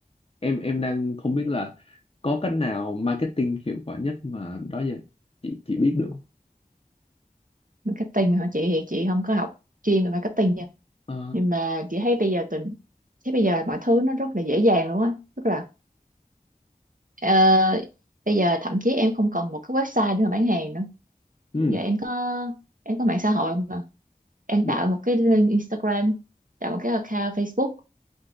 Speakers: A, on the left (about 40°); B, on the right (about 60°).
A: em em đang không biết là có cách nào marketing hiệu quả nhất mà đó giờ chị chị biết được không?
B: marketing hả chị thì chị không có học chuyên về marketing nha
A: Ờ,
B: nhưng mà chị thấy bây giờ tình thấy bây giờ mọi thứ nó rất là dễ dàng luôn á tức là ờ, bây giờ thậm chí em không cần một cái website để mà bán hàng nữa
A: ừ,
B: giờ em có em có mạng xã hội mà em
A: dạ.
B: tạo một cái link Instagram tạo một cái account Facebook